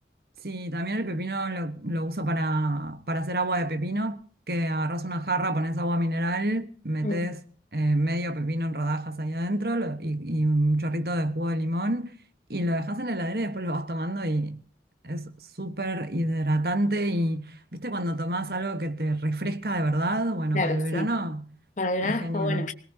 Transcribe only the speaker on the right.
Sí, también el pepino lo, lo uso para, para hacer agua de pepino, que agarras una jarra, pones agua mineral, metes
eh, medio pepino en rodajas ahí adentro lo- y, y un chorrito de jugo de limón y lo dejas en la heladera y después lo vas tomando y es súper hidratante y, ¿viste? Cuando tomás algo que te refresca de verdad, bueno,
para el verano
es genial.